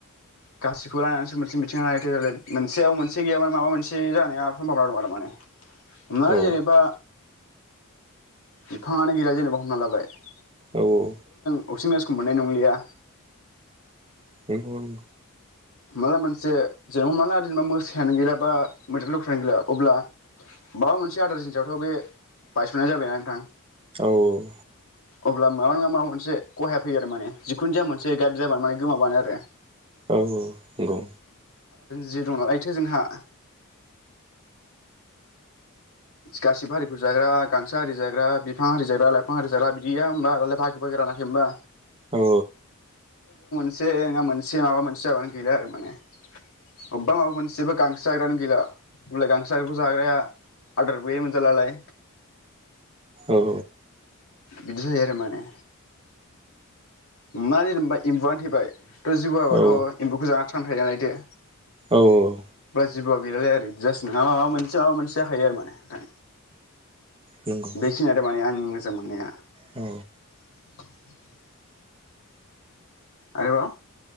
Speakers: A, on the left; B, on the right.
A: गासैखौ लानानैसो मोनसे मिथिंगा नालाय थो मोनसेयाव मोनसे गैयाम माबा मोनसे जानाया समभाबना दं आरो माने हमनानै
B: औ
A: जेनैबा बिफाङानो गैला जेनेबा हमना लाबाय
B: औ औ।
A: अक्सि जेन गेसखौ मोननाय नंलिया।
B: बे नंगौ।
A: हमनाला मोनसे जेनेबा माला जेनेबा मोसायानो गैला बा मोयदेर लख्रानो गैला अब्ला माबा मोनसे आदार जिनिसआवथ बे बायसनाय जाबायना नोंथां
B: औ औ।
A: अब्ला माबा नङा माबा मोनसे खहाया फैयो आरो माने जिखुन जाया मोनसे गाइड जाबानो माने गोमाबानो आरो।
B: औ औ। नोंगौ।
A: जे दं नालायथो जोंहा। गासिबो हारिखौ जाग्रा गांसो आरि जाग्रा बिफां आरि जाग्रा लाइफां आरि जाग्रा बिदिया होनबा दालाय बागो बागि रानाखै होनबा।
B: औ।
A: मोनसे नोंङा मोनसे माबा मोनसे जाबानो गैला आरो माने अबबा माबा मोनसेबा गांसो जाग्रायानो गैला होमब्लालाय गांसो जाग्राखौ जाग्राया आदारखौ बे मोनजालालाय।
B: औ।
A: बिदि जायोआरो माने। हमनानै होनबाय एम्बुआनो थैबाय थ जबोआथ
B: औ
A: एम्बौखौ जाना <unintelligible> नायदो
B: औ ओ
A: जिबौआ गैलालाय आरो बिदि जास नङा माबा मोनसे माबा मोनसे जाखायो आरो माने नोंथां
B: नंगौ
A: बेखिनियानो माने आंनि मो मोजां मोननाया
B: औ
A: <inaudible> आरोबाव